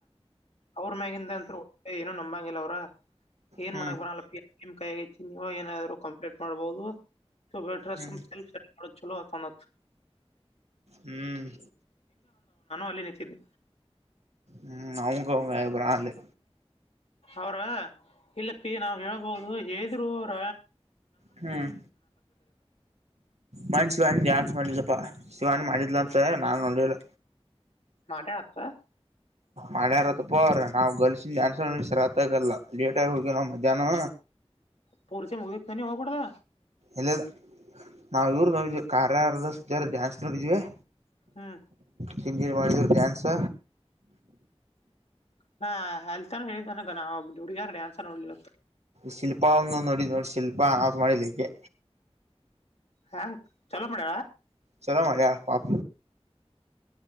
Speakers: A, on the left; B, on the right.
A: ಅವ್ರ ಮ್ಯಗಿಂದ ಅಂ ಏನೋ ನಂಬಂಗಿಲ್ಲ ಅವ್ರ ಏನ್
B: ಹ್ಮ್
A: ಮಾಡಕ್ ಬರ ಕೈ ಆಗ ನೀವು ಏನಾದ್ರು ಕಂಪ್ಲೀಟ್ ಮಾಡ್ಬಹುದು ಭಾರ
B: ಹ್ಮ್ ಹ್ಮ್
A: ಚಲ ಅಥಾನತ್
B: ಹ್ಮ್
A: ಅಲ್ಲಿ ನೀದ್ದ
B: ಹ್ಮ್ ಅವಂಗ ಅವಂಗ ಅಬರಲ್ಲಿ
A: ಅವ್ರ ಇಲ್ಲಪ್ಪಿ ನಾವ್ ಹೇಳ್ಬೋದು ಹೆರುೂರ
B: ಹ್ಮ್ ಮನ್ ಶಿವಿವಾನಿ ಡ್ಯಾನ್ಸ್ ಮಾಡಿಲ್ಲಪ್ಪಾ ಶಿವಾನಿ ಮಾಡಿದ್ಲ ಅಂತ ಮತ್ತೆ ನಾನು ನೋಡಿಲ್ಲ
A: ಮಾತಾಡತ್ತ
B: ಮಳ್ಯಾರತ್ತ ಪ್ರ ನಾವವು ಗಲ್ಸಿನನ್ಸರ್ ಸರಿತ ಆಾಗಲ್ಲ ಲೇಟ್ ಆಗಿ ಹೋಗಿ ನಾ ಮಧ್ಯಾಹ್ನ
A: ಪೂರ್ಸ ಮುಗಿದ ನೀ ಹೋಗಬಡದಾ
B: ಇಲ್ಲಲ್ಲ ನಾವವು ಇವರು ನೋಡವಿ ಕಾರ್ಯಾರದ ಜಾರ ಡ್ಯಾನ್ಸ್ ನೋಡಿದಿವವಿ
A: ಹ್ಮ್
B: ತಿಂಡನ್ ಮಾಡಿದ್ರು ಕ್ಯಾನ್ಸ
A: ನಾ ಅಲ್ತಾನ ಹೇಳಿದನಗ ನಾವು ಹುಡುಗ್ಯಾರ ಡ್ಯಾನ್ಸ ನೋಡ್ಲಿವ
B: ಶಲ್ಪ ಒಂದು ನೋಡಿದ ನೋಡಿ ಶಲ್ಪ ಅದು ಮಾಡಿದ್ದಲಿಕ್ಕೆ
A: ಹಂ ಚಲೋ ಮಡಾ
B: ಚಲೋ ಮಜೆಯ ಪಾಪ